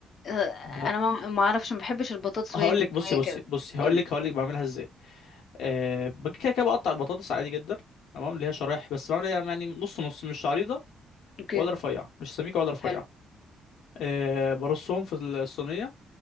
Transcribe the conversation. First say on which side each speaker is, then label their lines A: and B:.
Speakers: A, on the left; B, on the left.
A: آه،
B: ب...
A: انا ما ما اعرفش ما بحبش البطاطس
B: هقول
A: وهي مستوية
B: لك بصي بصي
A: كده
B: بصي هقول
A: قولي
B: لك هقول لك بعملها ازاي أه بجي كده كده بقطع البطاطس عادي جدا تمام اللي هي شرايح بس بعملها يعني نص نص مش عريضه
A: اوكي
B: ولا رفيعه مش سميكه ولا رفيعه
A: حلو
B: آه، برصهم في الصينية